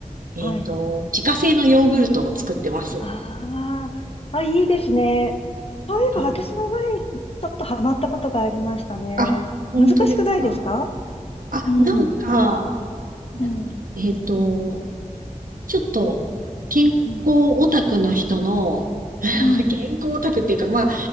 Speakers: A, on the right (about 80°); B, on the left (about 45°).
A: えっと、
B: はい。
A: 自家製のヨーグルトを作ってます。
B: ああ、まあ、いいですね。そういえば私の前にちょっとハマったことがありましたね。
A: はい。あ、本当ですか
B: 難しくないですか
A: あ、
B: うん。
A: なんか、ねえっと、
B: うん。
A: ちょっと健康オタクの人の、
B: うん。
A: <laughs>
B: うん。
A: 健康オタクっていうか、まあ、